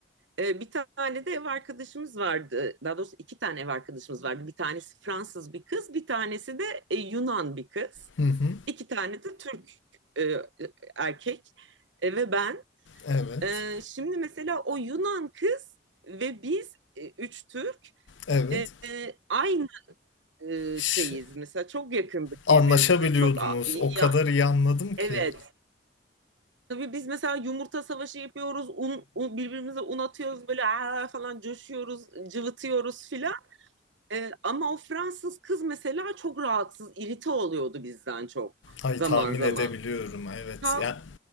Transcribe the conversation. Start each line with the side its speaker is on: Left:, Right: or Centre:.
Right: Ee, bir tane de ev arkadaşımız vardı. Daha doğrusu iki tane ev arkadaşımız vardı. Bir tanesi Fransız bir kız, bir tanesi de e, Yunan bir kız.
Left: Hı hı.
Right: İki tane de Türk e, erkek E, ve ben.
Left: Evet.
Right: E, şimdi mesela o Yunan kız ve biz e, üç Türk
Left: Evet.
Right: e, e, aynı e,
Left: Ş-
Right: şeyiz. Mesela çok yakındık
Left: anlaşabiliyordunuz.
Right: birbirimize. Çok a- ya,
Left: O kadar iyi anladım ki.
Right: evet. Tabii biz mesela yumurta savaşı yapıyoruz. Un, un- birbirimize un atıyoruz böyle "Aa!" falan coşuyoruz, cıvıtıyoruz filan. Ee, ama o Fransız kız mesela çok rahatsız, irite oluyordu bizden çok
Left: Ay
Right: zaman
Left: tahmin
Right: zaman.
Left: edebiliyorum. Evet.
Right: Kal-
Left: Ya,